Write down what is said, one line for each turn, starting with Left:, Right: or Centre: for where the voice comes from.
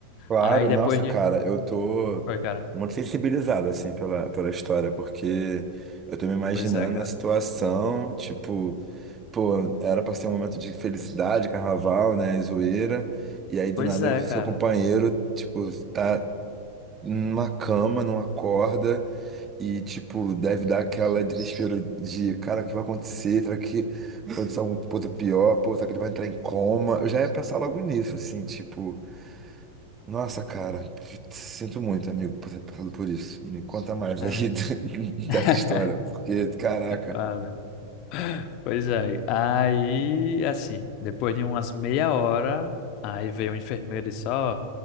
Right: Claro,
Left: Aí
Right: nossa,
Left: depois de...
Right: cara, eu tô
Left: Foi, cara.
Right: muito sensibilizado, assim, pela, pela história, porque eu tô me imaginando
Left: Pois é, cara.
Right: na situação, tipo. Pô, era pra ser um momento de felicidade, carnaval, né, e zoeira. E aí do
Left: Pois
Right: nada
Left: é,
Right: o seu
Left: cara.
Right: companheiro, tipo, tá numa cama, não acorda e tipo, deve dar aquela desespero de, cara, o que vai acontecer? Será que vai acontecer alguma coisa pior? Pô, será que ele vai entrar em coma? Eu já ia pensar logo nisso, assim, tipo, nossa, cara, sinto muito, amigo, por ter passado por isso. Me conta mais
Left: Ah,
Right: aí <laughs>
Left: <laughs>
Right: dessa história, porque, caraca,
Left: Valeu. Pois é. Aí, assim, depois de umas meia hora, aí veio o enfermeiro e disse, ó,